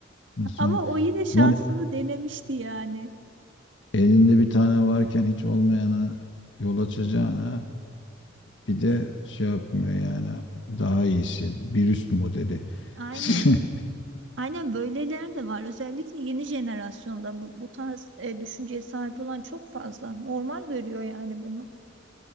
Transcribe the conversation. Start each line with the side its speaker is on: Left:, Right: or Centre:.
Left: İnsan
Right: Ama o yine şansını
Left: lan
Right: denemişti yani.
Left: elinde bir tane varken hiç olmayana yol açacağına bir de
Right: E,
Left: şey yapmıyor yani daha iyisi bir üst modeli.
Right: Aynen.
Left: <laughs>
Right: Aynen böyleler de var. Özellikle yeni jenerasyonda bu, bu tarz e, düşünceye sahip olan çok fazla. Normal görüyor yani bunu.